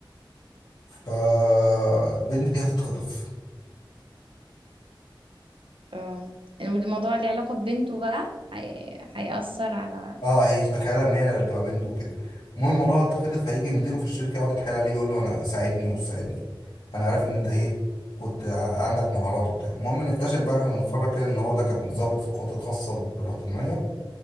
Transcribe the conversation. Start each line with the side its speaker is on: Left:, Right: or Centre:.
Left: فالبنت دي هتتخطف
Right: آه. الموضوع اللي علاقة ببنته بقى هي... هيأثر على
Left: اه هي تخيلها ان هي اللي تبقى بنته وكده المهم الموضوع اتخلف فهيجي مديره في الشركه يقعد يتحايل عليه يقول له انا ساعدني ومش ساعدني انا عارف ان انت ايه كنت ع- عندك مهارات وبتاع المهم نكتشف بقى احنا نتفرج كده ان هو ده كان ضابط في القوات الخاصه البريطانيه